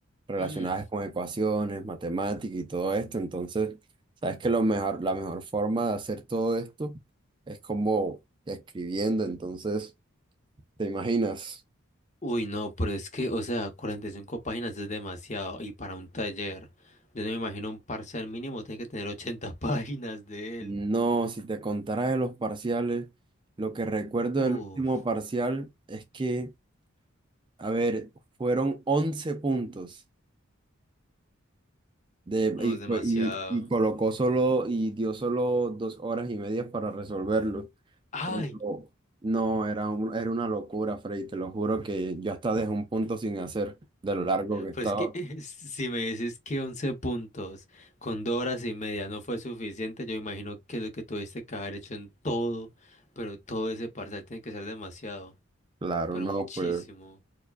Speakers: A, on the right; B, on the left.
A: relacionadas
B: Mm,
A: con ecuaciones, matemáticas y todo esto. Entonces, sabes que lo mejor, la mejor forma de hacer todo esto es como escribiendo. Entonces, ¿te imaginas?
B: Uy, no, pero es que, o sea, 45 páginas es demasiado y para un taller. Yo no me imagino un parcial mínimo tiene que tener 80 <laughs> páginas de
A: No,
B: él.
A: si te contara de los parciales, lo que recuerdo
B: Uf,
A: del último parcial es que A ver, fueron 11 puntos de,
B: no
A: y,
B: es
A: fue-
B: demasiado.
A: y, y colocó solo y dio solo dos horas y media para resolverlo.
B: Ay,
A: Pero no, era, un- era una locura, Freddy, te lo juro que yo hasta dejé un punto sin hacer de lo largo que estaba.
B: Pues que <laughs> si me dices que 11 puntos con dos horas y media no fue suficiente, yo imagino que lo que tuviste que haber hecho en todo, pero todo ese parcial tiene que ser demasiado,
A: Claro,
B: pero
A: no,
B: muchísimo.
A: pues